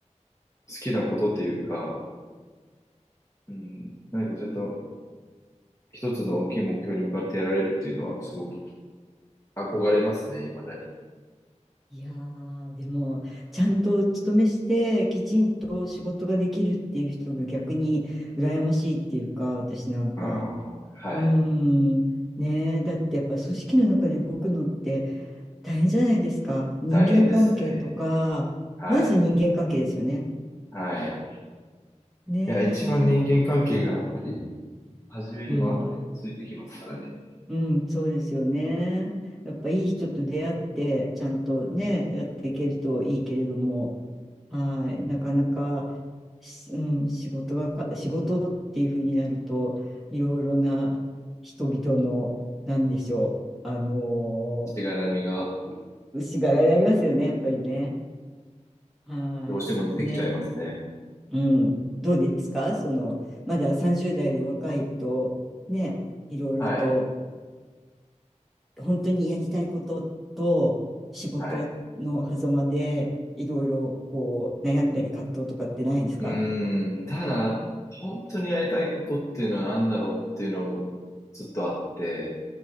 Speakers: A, on the left; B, in the centre.
A: 好きなことっていうか、うん、何かそれと、一つの大きい目標に向かってやられるっていうのはすごく憧れますね、未だに。
B: いやー、でも、ちゃんと勤めして、きちんと仕事ができるっていう人が逆に羨ましいっていうか、私なんか、
A: うん、はい。
B: うーん、ねえ、だってやっぱ組織の中で動くのって大変じゃないですか。人間関係とか、
A: 大変ですね。はい。
B: まず人間関係ですよね。
A: はい。
B: ね
A: いや、一番人間関係がやっぱり、初めにも後でもついてきますからね。
B: え、うん。うん、そうですよね。やっぱいい人と出会って、ちゃんとね、やっていけるといいけれども、はい、なかなか、しうん、仕事がか、仕事っていうふうになると、いろいろな人々の、なんでしょう、あの
A: しがらみが
B: ー、しがられありますよね、やっぱりね。はい、
A: どうしても出てきちゃいますね。
B: ね。うん、どうですかその、まだ30代で若いと、ね、いろいろと、
A: はい。
B: 本当にやりたいことと仕事の狭間でいろいろこう悩んだり葛藤とかってないですか
A: はい。うーん、ただ、本当にやりたいことっていうのは何だろうっていうのもずっとあって、